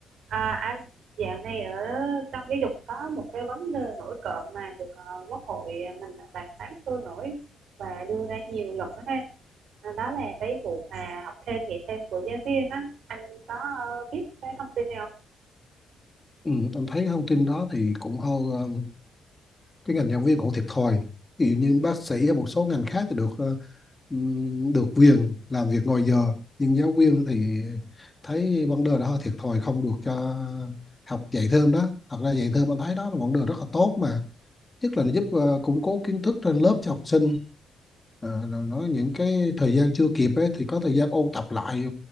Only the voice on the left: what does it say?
Ừ, em thấy thông tin đó thì cũng hơi ờ, cái ngành giáo viên cũng thiệt thòi ví dụ như bác sĩ hay một số ngành khác thì được ờ, ừm, được quyền làm việc ngoài giờ nhưng giáo viên thì thấy vấn đề đó hơi thiệt thòi không được cho học dạy thêm đó thật ra dạy thêm anh thấy đó là vấn đề rất là tốt mà nhất là nó giúp ờ, củng cố kiến thức trên lớp cho học sinh Ờ, là nói những cái thời gian chưa kịp ấy, thì có thời gian ôn tập lại